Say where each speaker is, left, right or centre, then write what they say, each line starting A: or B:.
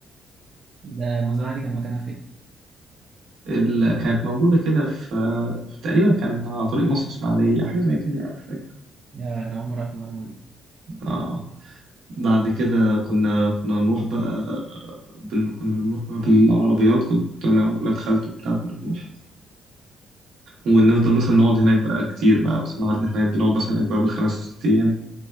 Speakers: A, on the right (about 50°); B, on the right (about 75°).
A: ده المزرعه دي كان مكانها فين؟
B: اللي كانت موجودة كده في في- تقريبا كان على طريق مصر إسماعيلية حاجة زي كده يعني، مش فاكر
A: يا انا اول مره اعرف المعلومه
B: اه بعد كده كنا كنا نروح بقى بن... كنا بنروح بقى بالعربيات كنت أنا وولاد خالتي وبتاع كنا نروح ونفضل مثلا نقعد هناك بقى كتير بقى بس قعدنا هناك بنقعد مثلا هناك بقى بالخمس ست أيام